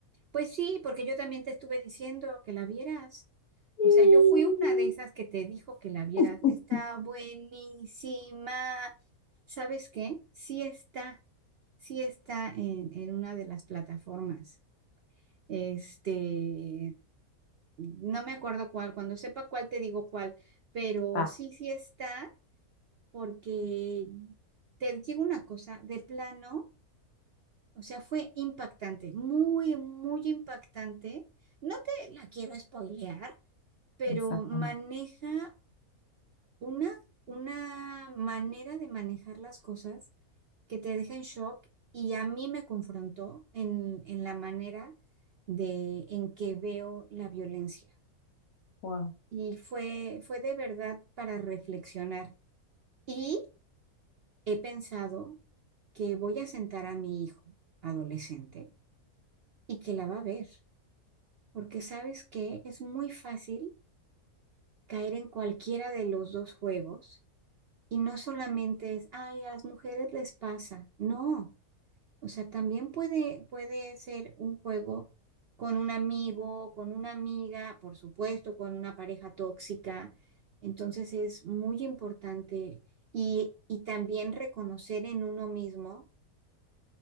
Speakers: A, on the right (about 60°); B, on the left (about 70°).
A: Pues sí, porque yo también te estuve diciendo que la vieras.
B: <laughs>
A: O sea, yo fui una de esas que te dijo que la vieras.
B: Mm.
A: Está buenísima. ¿Sabes qué? Sí está. Sí está en, en una de las plataformas. Este, no me acuerdo cuál. Cuando sepa cuál, te digo cuál. Pero
B: Ah,
A: sí, sí está. porque te digo una cosa, de plano, o sea, fue impactante, muy, muy impactante. No te la quiero spoilear, pero
B: exacto,
A: maneja
B: no.
A: una, una manera de manejar las cosas que te deja en shock y a mí me confrontó en, en la manera de en que veo la violencia.
B: Wow.
A: Y fue, fue de verdad para reflexionar. Y he pensado que voy a sentar a mi hijo adolescente y que la va a ver, porque sabes que es muy fácil caer en cualquiera de los dos juegos y no solamente es, ay, a las mujeres les pasa, no, o sea, también puede, puede ser un juego con un amigo, con una amiga, por supuesto, con una pareja tóxica, entonces es muy importante y, y también reconocer en uno mismo